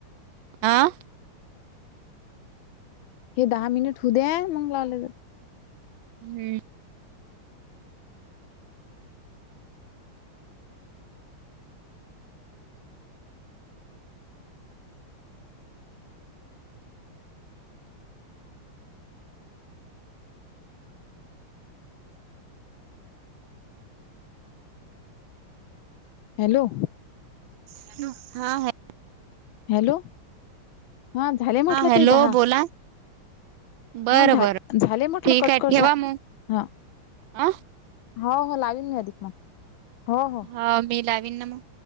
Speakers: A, on the right; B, on the left.
A: आं.
B: हे दहा मिनिट होऊ दे मग लावले जातं.
A: हम्म.
B: हॅलो.
A: हॅलो हा ह
B: हॅलो हा झाले म्हटलं
A: हॅलो
B: ताई दहा.
A: बोला बरं
B: हा झा
A: बरं
B: झाले म्हटलं
A: ठीक
B: कट
A: आहे
B: करू
A: ठेवा
B: साय
A: मग
B: हा.
A: अ
B: हो हो लावीन मी अधिक मग. हो हो
A: हा मी लावीन ना मग.